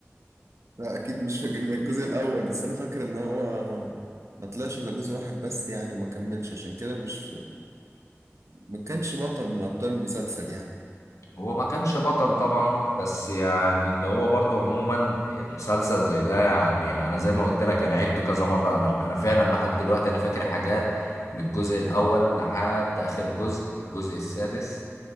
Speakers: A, on the right; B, on the left.
A: لا اكيد مش فاكر الجزء الاول بس انا فاكر ان هو ما طلعش الا جزء واحد بس يعني وما كملش عشان كده مش ما كانش بطل من ابطال المسلسل يعني
B: هو ما كانش بطل طبعا بس يعني اللي هو برضو عموما مسلسل زي ده يعني انا زي ما قلت لك انا عدته كذا مره انا انا فعلا لحد دلوقتي انا فاكر حاجات من الجزء الاول لحد اخر جزء الجزء السادس